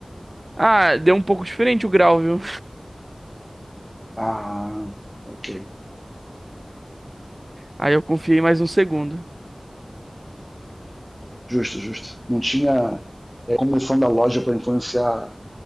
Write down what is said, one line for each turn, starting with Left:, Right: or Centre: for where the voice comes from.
Right: Ah, deu um pouco diferente o grau, viu?
Centre: Ah, ok.
Right: Aí eu confiei mais um segundo.
Centre: Justo, justo. Não tinha é, comissão da loja para influenciar